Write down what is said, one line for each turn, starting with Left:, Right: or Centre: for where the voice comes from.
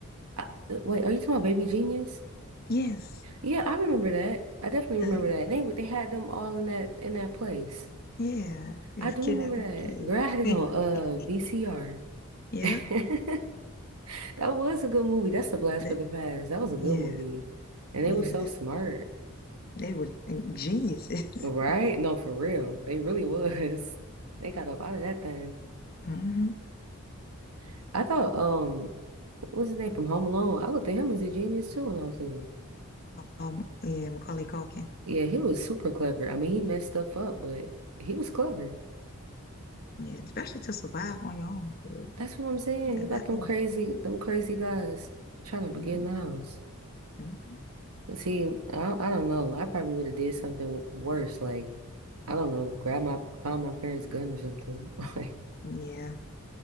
Right: I, uh, wait, are you talking about Baby Genius?
Left: Yes.
Right: Yeah, I remember that. I definitely remember
Left: Uh,
Right: that. And they would- they had them all in that in that place.
Left: yeah, it's
Right: I do
Left: kidnapping
Right: remember that.
Left: a
Right: Girl, I had it
Left: kid.
Right: on uh VCR.
Left: <laughs> Yeah,
Right: <laughs> That was a good movie. That's a blast
Left: that,
Right: for the past. That was a
Left: yes,
Right: good movie. And they
Left: yes.
Right: were so smart.
Left: They were geniuses.
Right: Right? No, for real. They really was. <laughs> They got up out of that thing.
Left: <laughs> hmm
Right: <laughs> I thought, um, what's his name from Home Alone? I looked at him as a genius too when I was little.
Left: Um, yeah, Macaulay Culkin.
Right: Yeah, he was super clever. I mean, he messed stuff up, but he was clever.
Left: Yeah, especially to survive on your own for
Right: That's what I'm saying.
Left: that
Right: You got them
Left: long.
Right: crazy, them crazy guys trying to
Left: hmm
Right: get in the house.
Left: hmm
Right: See, I, I don't know. I probably would have did something worse, like I don't know, grab my find my parents' gun or something. <laughs> Like,
Left: Yeah.